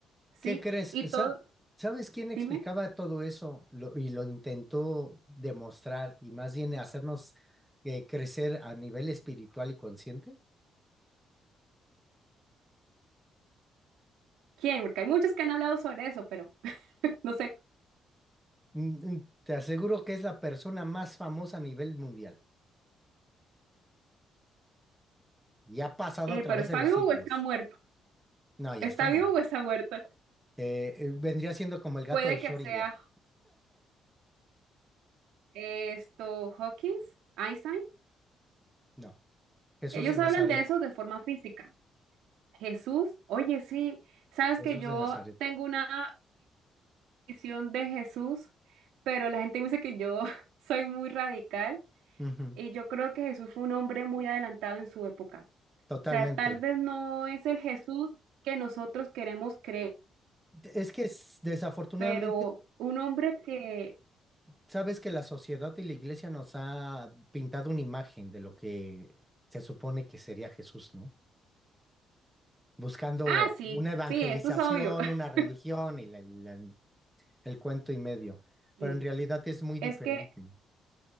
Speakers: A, on the right; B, in the centre.
A: ¿sí?
B: ¿Qué crees?
A: Y todo,
B: Sa- ¿Sabes quién explicaba
A: dime,
B: todo eso Lo- y lo intentó demostrar y más bien hacernos eh, crecer a nivel espiritual y consciente?
A: ¿quién? Porque hay muchos que han hablado sobre eso, pero no sé.
B: Mm, mm, Te aseguro que es la persona más famosa a nivel mundial y ha pasado
A: Eh,
B: a través
A: pero ¿está
B: de los
A: vivo
B: siglos.
A: o está muerto?
B: No, ya
A: ¿Está
B: está muerto.
A: vivo o está muerto?
B: Eh, eh, vendría siendo como el gato
A: Puede
B: de Schrödinger.
A: que sea eh, esto, Hawkins, Einstein.
B: No, Jesús
A: Ellos
B: de Nazaret.
A: hablan de eso de forma física. Jesús, oye, sí, sabes
B: Jesús
A: que yo
B: de Nazaret.
A: tengo una visión de Jesús, pero la gente me dice que yo <laughs> soy muy radical
B: Ujú,
A: y yo creo que Jesús fue un hombre muy adelantado en su época.
B: Totalmente.
A: O sea, tal vez no es el Jesús que nosotros queremos creer,
B: Es que es- desafortunadamente,
A: pero un hombre que...
B: sabes que la sociedad y la iglesia nos ha pintado una imagen de lo que se supone que sería Jesús, ¿no? Buscando
A: Ah, sí,
B: una evangelización,
A: sí, eso es obvio. <laughs>
B: una religión y la, la- el cuento y medio, pero
A: Sí,
B: en realidad es muy
A: es
B: diferente.
A: que,